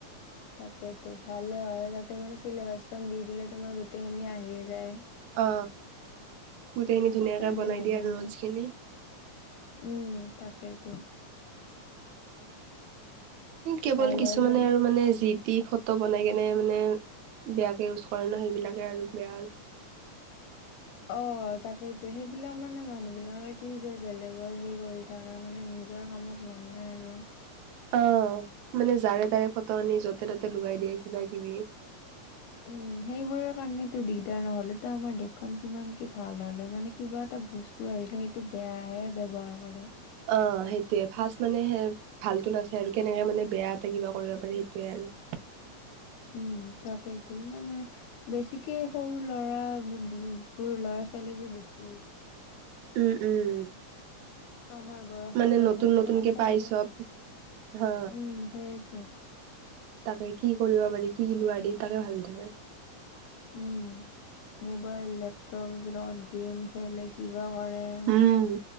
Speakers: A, on the left; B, on the right.
A: তাকেতো ভালে হয় তাতে মানে চিলেবাচখন দি দিলে তোমাৰ গোটেই খিনি আহিয়ে যায়
B: অ গোটেইখিনি ধুনীয়াকে
A: সেইকাৰণে
B: বনাই
A: ভাল
B: দিয়ে
A: লাগে
B: আৰু নোজখিনি
A: উম তাকেইতো
B: কেৱল
A: ভাল
B: কিছুমানে
A: হয় বাৰু
B: আৰু মানে জিদ দি ফটো বনাই কেনে মানে বেয়াকে ইউজ কৰে ন সেইবিলাকে আৰু বেয়া আৰু
A: অ তাকেইতো সেইবিলাক মানে মানুহ বিলাকে কি যে বেলেগৰ হে কৰি ধাৰা মানে নিজৰ কামত মন নাই আৰু
B: অ মানে যাৰে তাৰে ফটো আনি য'তে ত'তে লগাই দিয়ে কিবা কিবি
A: উম সেইবোৰৰ কাৰণেটো দিগদাৰ নহলে তো আমাৰ দেশখন কিমান কি ভাল হল মানে কিবা এটা বস্তু বস্তু আহিলে সেইটো বেয়াহে ব্যৱহাৰ কৰে
B: অ সেইটোৱে ফাৰ্ষ্ট মানে সে ভালো নাচায় আৰু কেনেকে মানে বেয়া এটা কিবা কৰিব পাৰে সেইটোয়ে আৰু
A: উম তাকেইতো ইমান মানে বেছিকে সৰু ল'ৰা বোৰ ল'ৰা ছোৱালী বোৰ বেছি
B: উম উম
A: আমাৰ বয়সৰ
B: মানে
A: বা
B: নতুন
A: আমাতকে
B: নতুনকে
A: অলপ সৰু
B: পাই চব হা
A: উম সেইটো
B: তাকে কি কৰিব পাৰি কি নোৱাৰি তাকে ভাবি থাকে
A: উম মোবাইল লেপটপ এইবিলাকত গেম খেলে কিবা কৰে মানে
B: উম।